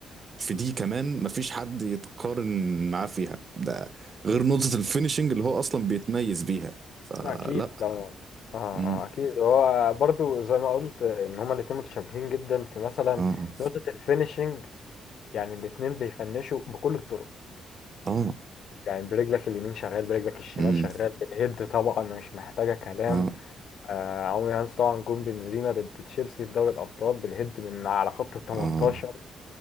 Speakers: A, on the right; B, on the left.
A: في دي كمان مفيش حد يتقارن معاه فيها ده غير نقطه الفينيشنج اللي هو اصلا بيتميز بيها فلا
B: لا اكيد طبعا اه
A: امم
B: اه اكيد هو برضو زي ما قلت ان هما الاتنين متشابهين جدا في مثلا
A: اه
B: نقطة الفينيشنج يعني الاتنين بيفنشوا بكل الطرق
A: اه
B: يعني برجلك اليمين شغال برجلك الشمال
A: امم
B: شغال بالهيد طبعا مش محتاجة كلام
A: اه
B: آه عمرو هانس طبعا جون بنزيما ضد تشيلسي في دوري الأبطال بالهيد من على خط ال 18
A: اه